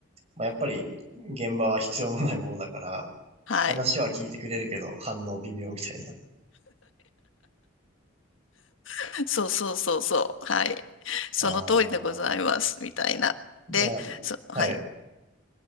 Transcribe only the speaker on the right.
まあやっぱり現場は必要のないものだから、
話は聞いてくれるけど反応微妙みたいな。
ああ。
じゃあ、
はい。